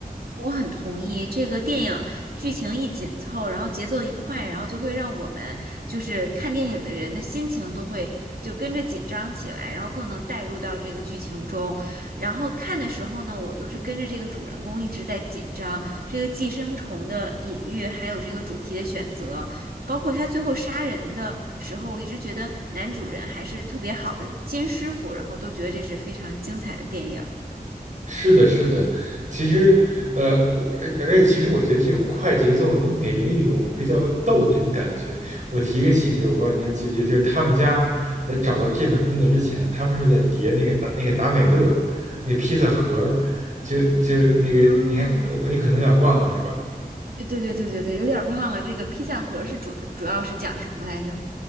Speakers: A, on the right (about 70°); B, on the right (about 50°).
A: 我很同意，这个电影剧情一紧凑，然后节奏一快，然后就会让我们就是看电影的人的心情都会就跟着紧张起来，然后更能带入到这个剧情中。然后看的时候呢，我就是跟着这个主人公一直在紧张，这个寄生虫的隐喻，还有这个主题的选择，包括他最后杀人的时候，我一直觉得男主人还是特别好的金师傅，然后都觉得这是非常精彩的电影
B: 是的，是的，其实，呃，我而而且其实我觉得这种快节奏能给人一种比较逗的一种感觉。我提一个细节，我不知道你还记不记得，就是他们家在找到这份工作之前，他们是在叠那个达那个达美乐那个披萨盒儿，就就那个你还我你可能有点忘了是吧？
A: 啊。哎，对对对对对，有点儿忘了这个披萨盒是主的，主要是讲什么来着？